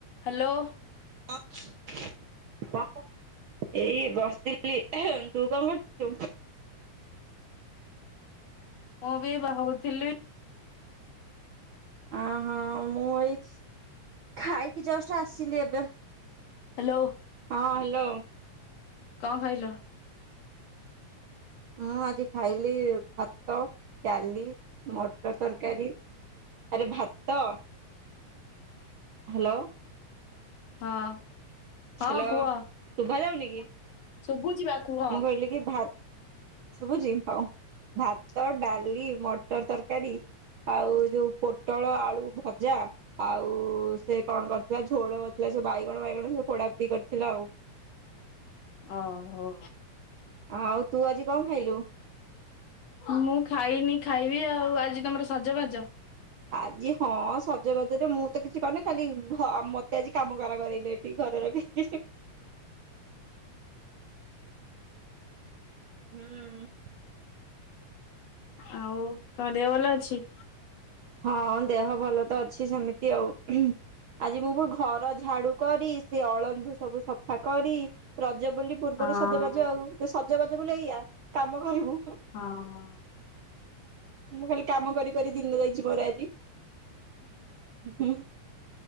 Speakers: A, on the left (about 60°); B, on the right (about 65°).
A: Hello
B: <unintelligible> କଣ କରୁ <inaudible> ଏଇ ବସିଥିଲି ହେ ତୁ କଣ କରୁଥିଲୁ?
A: ମୁଁ ବି ବାହାରୁ ଥିଲି।
B: ଆ ହଁ ମୁଁ ଏଇ ଖାଇକି ଜଷ୍ଟ ଆସିଲି ଏବେ।
A: ହାଲୋ
B: ହଁ ହ୍ୟାଲୋ
A: କଣ ଖାଇଲ?
B: ମୁଁ ଆଜି ଖାଇଲି ଭାତ, ଡାଲି, ମଟର ତରକାରୀ। ଆରେ ଭାତ, ହ୍ୟାଲୋ,
A: ହଁ ହଁ
B: ହ୍ୟାଲୋ
A: କୁହ
B: ଶୁଭା ଯାଉନି କି?
A: ଶୁଭୁଛି ବା କୁହ।
B: ମୁଁ କହିଲି କି ଭା ସୁବୁଚି ହଉ, ଭାତ ଡାଲି, ମଟର ତରକାରୀ ଆଉ ଯୋଉ ପୋଟଳ ଆଳୁ ଭଜା ଆଉ ସେ କଣ କରିଥିଲା ଝୋଳ କରିଥିଲା। ସେ ବାଇଗଣ ବାଇଗଣ ସେ ପୋଡା ପୋଡି କରିଥିଲା ଆଉ।
A: ଓ ହୋ
B: ଆ ଆଉ ତୁ ଆଜି କଣ ଖାଇଲୁ?
A: ମୁଁ ଖାଇନି ଖାଇବି, ଆଉ ଆଜି ତମର ସଜବାଜ।
B: ଆଜି ହଁ ସଜବାଜରେ ମୁଁ ତ କିଛି କରିନି, ଖାଲି ମତେ ଆଜି କାମ କରା କରାଇଲେ ଏ। ଏଇ ଘର ର <unintelligible> ହୁଁ
A: ଆଉ ତମ ଦେହ ଭଲ ଅଛି?
B: ହଁ ଦେହ ଭଲ ତ ଅଛି ସେମିତି ଆଉ ହୁଁ। ଆଜି ମୁଁ ଘର ଝାଡୁ କରି, ସେ ଅଳନ୍ଧୁ ସବୁ ସଫା କରି ରଜ ବୁଲି ପୂର୍ବରୁ
A: ହଁ
B: ସଜବାଜ, ଆଉ ସେ ସଜବାଜ ବୋଲି ଏଇଆ କାମ କରିବୁ।
A: ହଁ ହ
B: ମୁଁ ଖାଲି କାମ କରି କରି ଦିନ ଯାଇଛି ମୋର ଆଜି। ହୁଁ ହୁଁ